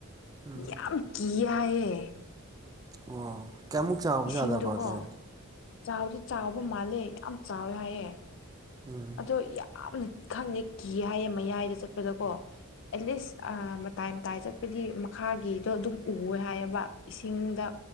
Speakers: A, on the right (about 15°); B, on the left (about 60°).
A: ꯎꯝ
B: ꯌꯥꯝ ꯀꯤꯌꯦ ꯍꯥꯏꯌꯦ꯫
A: ꯑꯣ ꯀꯌꯥꯃꯨꯛ ꯆꯥꯎꯕ
B: ꯏꯁꯤꯡꯗꯨꯀꯣ
A: ꯖꯥꯠꯂꯀꯣ ꯑꯗꯣ
B: ꯆꯥꯎꯗꯤ ꯆꯥꯎꯕ ꯃꯥꯜꯂꯦ ꯌꯥꯝ ꯆꯥꯎꯋꯦ ꯍꯥꯏꯌꯦ꯫
A: ꯎꯝ
B: ꯑꯗꯣ ꯌꯥꯝꯅ ꯈꯪꯗꯦ ꯀꯤꯌꯦ ꯍꯥꯏꯌꯦ ꯃꯌꯥꯏꯗ ꯆꯠꯄꯗꯀꯣ ꯑꯦꯠꯂꯤꯁ ꯃꯇꯥꯏ ꯃꯇꯥꯏ ꯆꯠꯄꯗꯤ ꯃꯈꯥꯒꯤ ꯇꯣ ꯑꯗꯨꯝ ꯎꯋꯦ ꯍꯥꯏꯌꯦꯕ ꯏꯁꯤꯡꯗ